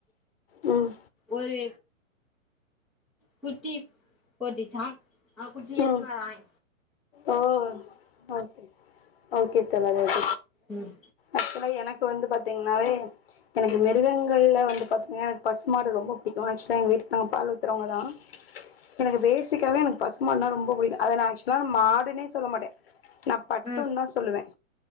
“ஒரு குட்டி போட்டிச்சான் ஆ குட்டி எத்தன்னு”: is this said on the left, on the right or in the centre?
Centre